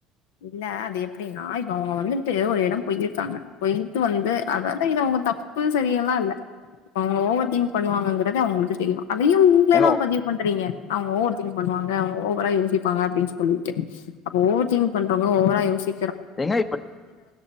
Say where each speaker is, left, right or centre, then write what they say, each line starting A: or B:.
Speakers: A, on the left; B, on the left.
A: இல்ல அது எப்டின்னா இப்ப அவுங்க வந்துட்டு ஒரு எடோ போயிர்க்காங்க போய்ட்டு வந்து அதாவ்து இத அவுங்க த ப்பு சரியெல்லா இல்ல இப்ப அவுங்க ஓவர் திங்க் பண்ணுவாங்கங்கறது அவுங்களுக்கு தெரியு அதையு நீங்ளே
B: ஏங்க
A: தா பதிவு பண்றீங்க அவுங்க ஓவர் திங்க் பண்ணுவாங்க அவுங்க ஓவர்ரா யோசிப்பாங்க அப்டின் சொல்லிட்டு அப்ப ஓவர் திங்க் பண்றவங்க ஓவரா யோசி
B: ஏங்க இப்ப